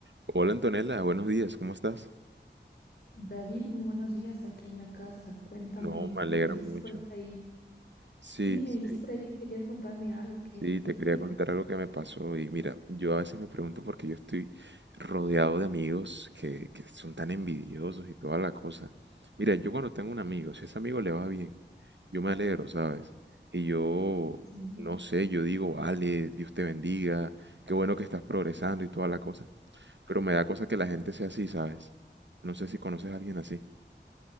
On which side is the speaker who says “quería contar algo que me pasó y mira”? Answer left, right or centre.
Right